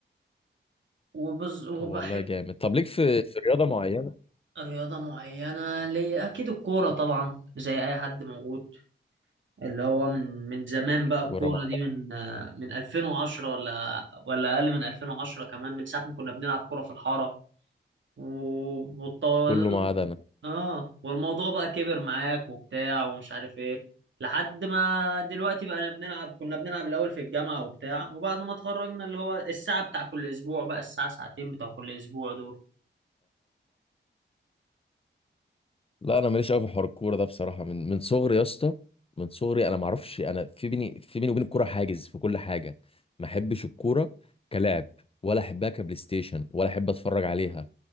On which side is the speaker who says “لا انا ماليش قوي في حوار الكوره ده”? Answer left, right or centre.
Left